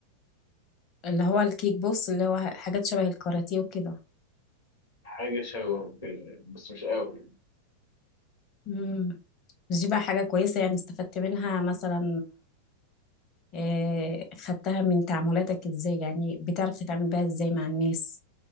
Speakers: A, on the left; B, on the left.
A: اللي هو الكيك بوكس اللي هو حاجات شبه الكاراتيه وكده
B: حاجة شبه كده بس مش قوي
A: مم. بس دي بقى حاجة كويسة يعني استفدت منها مثلا آه، خدتها من تعاملاتك ازاي يعني بتعرف تتعامل بيها ازاي مع الناس